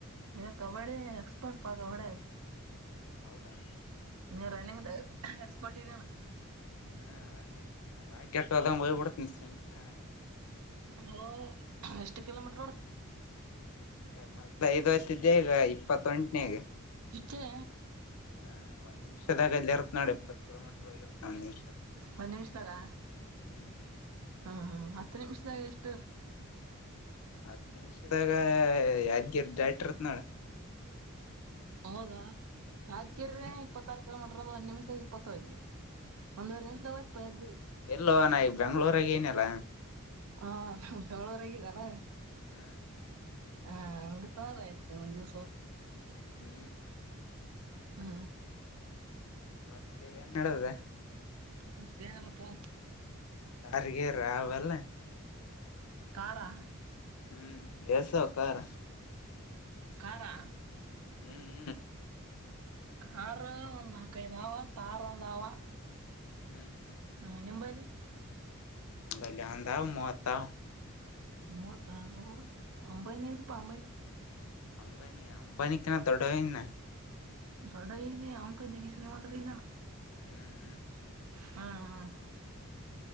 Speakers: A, on the right; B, on the left.
A: ಎ ಕಬಡ್ಡಿ ಎಕ್ಸ್ಪರ್ಟ್ ಪಾ ಕಬಡ್ಡಿ
B: ಹೌದನ
A: ನೀ ರನ್ನಿಂಗ್ ದಾಗ ಎಕ್ಸ್ಪರ್ಟ್ ಇದ್ದೆ ಅಣ್ಣ
B: ಹಾ ರನ್ನಿಂಗ್ ನಾ ರಾಕೆಟ್ ಹೋದಂಗ ಹೋಗ್ ಬಿಡ್ತನ ಸ್ವಿಂಕ್ ಅನ್ನಂಗ
A: ಹೋ ಎಷ್ಟು ಕಿಲೋಮೀಟರ್ ನೋಡ
B: ಮೊದ್ಲು ಐದು ಹತ್ ಇದ್ದೆ ಈಗ ಇಪ್ಪತ್ತೊಂಟನೇಗೆ
A: ಇಟ್ಟೆ.
B: ಹು ಒಂದ ನಿಮಿಷದಾಗ ಅಲ್ಲಿ ಇರುತ್ತ ನೋಡ ಇಪ್ಪ ಕಿಲೋಮೀಟರ್ ಹೋಗಿರುತ್ತನಿ.
A: ಒನ್ ನಿಮಿಷದಾಗಾ
B: ಹ್ಮ್
A: ಹಾ ಹಾ ಹತ್ತು ನಿಮಿಷದಾಗ ಎಷ್ಟು ಇರ್ತಿ.
B: ಹತ್ತು ನಿಮಿಷದಾಗ ಯಾದ್ಗಿರ್ ದಾಟಿರ್ತ್ನಾಳ.
A: ಹೌದಾ ಯಾದ್ಗಿರಿ
B: ಹ್ಮ್
A: ಇಪ್ಪತ್ತಾರು ಕಿಲೋಮಿಟ್ರ ಅದ ಒಂದ ನಿಮಿಷದಾಗ ಇಪ್ಪತ್ತೈತಿ. ಒಂದುವರೆ ನಿಮಿಷದಾಗ ಹೊಯ್ತ ಪಾಯದಿಲ್
B: ಇಲ್ಲೋ ನಾ ಈಗ ಬೆಂಗ್ಳೂರಾಗ ಏನಲ್ಲ.
A: ಹಾ ಬೆಂಗಳೂರಾಗ ಇದೇನ.
B: ಹು
A: ಹ ಹಂಗಇತ್ತಂದ್ರ ಆಯ್ತತೊ ಒಂದ ದಿವ್ಸ ಹೋತ್
B: ಹು
A: ಹಾ
B: ಮತ್ತೆ ಏನ್ ನಡದದ
A: ಮತ್ತೇ ಏನಿಲ್ಲಪ್ಪಾ
B: ಹಾರ್ಗಿರಾ ಹೊಲಾ
A: ಕಾರಾ
B: ಹು ಎಸ್ ಅದಾವ ಕಾರು
A: ಕಾರ ಆ
B: ಹು
A: ಕಾರ ಒಂದ ನಾಕ ಐದಾವ ತಾರ್ ಒಂದಾವಾ.
B: ಹು ಹು
A: ಹಾ ನಿಮ್ಮಂಬಲ್ಲಿ
B: ನಂಬಲ್ಲಿ ಒಂದ ಮೂವತ್ತಾವ.
A: ಮೂವತ್ತ ಅಬಬಬಾ ಅಂಬೈನದಪ
B: ಹ್ಮ್
A: ಅಂಬೈನದ
B: ಅಂಬಾನಿ ಅಂಬಾನಿ ಕಾರ ದೊಡ್ಡವ ಇನ್ನ
A: ದೊಡ್ಡ ಇದೆ ಅವಂಕಿಂತ ನಿ ಶ್ರೀಮಂತ ಅದಿ ಏನ
B: ಹು ಹು
A: ಹು ಹು